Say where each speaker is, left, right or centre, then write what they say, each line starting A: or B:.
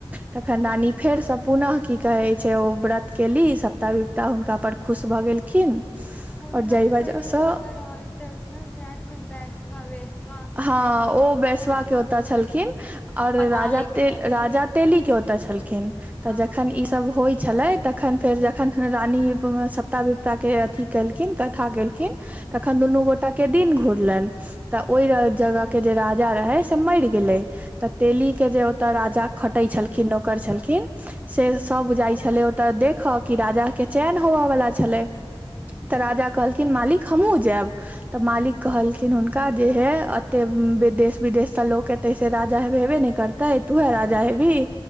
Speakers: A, on the right; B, on the left.
A: तखन रानी
B: हूँ
A: फेरसँ पुनः की कहै छै ओ व्रत केली सब तबपा हुनका पर खुश भऽ गेलखिन आओर
B: हुनका
A: जाहि
B: से
A: वजहसँ
B: पहिले ओ कतऽ रहल छलखिन शायद कोइ बैसवा वैसवा कुछ
A: हँ
B: ऐसी हलथिन
A: ओ बैसवा
B: ने जे
A: के ओतऽ
B: घरे
A: छलखिन आओर
B: पना
A: राजा
B: ले के रहथिन
A: तेली के ओतऽ छलखिन तऽ
B: हँ
A: जखन ई सब होइ छलै तखन फेर ज तखन रानी सपटा विपताके अथी केलखिन कथा केलखिन तखन दुनू गोटाके दिन घुरलनि तऽ ओहि
B: हूँ
A: जगह के जे राज जा रहै से मरि गेलै तऽ तेली
B: हूँ
A: के जे ओतऽ राजा खटै छलखिन नौकर छलखिन से सब जाइ
B: हूँ
A: छले ओतऽ देख ख कि राजा के चयन होबयवला छलै तऽ राजा
B: हूँ
A: कहलखिन मालिक हमहुँ जायब तऽ मालिक कहलखिन हुनका जे हे एते वि देेश विदेश तऽ लोक एतै से राजा हेबे नहि करतै तूँहेँ राजा हेबही